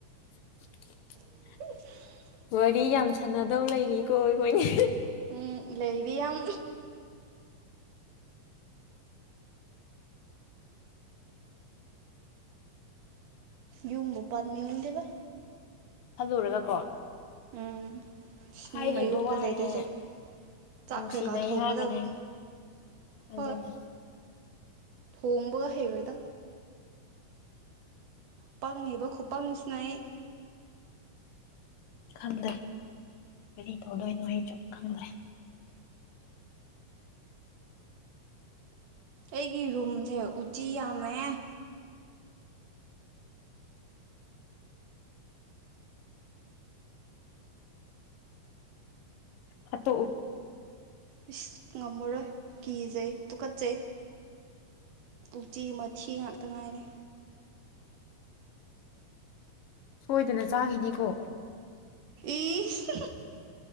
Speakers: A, on the left; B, on the right.
A: <unintelligible>
B: <unintelligible>
A: ꯋꯥꯔꯤ ꯌꯥꯝ ꯁꯥꯟꯅꯗꯧ ꯂꯩꯔꯤꯀꯣ ꯑꯩꯈꯣꯏꯅꯤ
B: ꯎꯝ ꯂꯩꯔꯤ ꯌꯥꯝ ꯌꯨꯝꯕꯨ ꯄꯥꯟꯅꯤꯡꯗꯦꯔ‌ꯦ
A: ꯈꯜꯂꯨꯔꯒ ꯀꯣ
B: ꯎꯝ
A: ꯍꯥꯏꯔꯤꯕ
B: ꯃꯤ ꯃꯌꯨꯝꯗ
A: ꯋꯥꯅꯦ
B: ꯂꯩꯗꯣꯏꯁꯦ ꯆꯥꯛ
A: ꯅꯨꯡꯁꯤꯅꯩ
B: ꯀꯩꯀꯥ ꯊꯣꯡꯒꯗꯕꯗꯣ
A: ꯍꯥꯏꯕꯅꯦ ꯑꯗꯨꯅꯦ
B: ꯍꯣꯏ ꯊꯣꯡꯕꯒ ꯍꯩꯔꯣꯏꯗ ꯄꯪꯉꯦꯕ ꯈꯨꯄꯪꯁꯤꯅ ꯑꯩ
A: ꯈꯪꯗ‌ꯦ ꯀꯔꯤ ꯇꯧꯗꯣꯏꯅꫭ ꯑꯩꯖꯨ ꯈꯪꯗ꯭ꯔꯦ
B: ꯑꯩꯒꯤ ꯔꯨꯝꯁꯦ ꯎꯆꯤ ꯌꯥꯝꯃꯦ
A: ꯍꯥꯠꯇꯣꯛꯎ
B: ꯏꯁ ꯉꯝꯃꯔꯣꯏ ꯀꯤꯖꯩ ꯇꯨꯀꯠꯆꯩ ꯎꯆꯆꯤ ꯝꯊꯤ ꯉꯛ ꯉꯥꯏꯔꯤ
A: ꯁꯣꯏꯗꯅ ꯆꯥꯈꯤꯅꯤꯀꯣ
B: ꯏꫯꯁ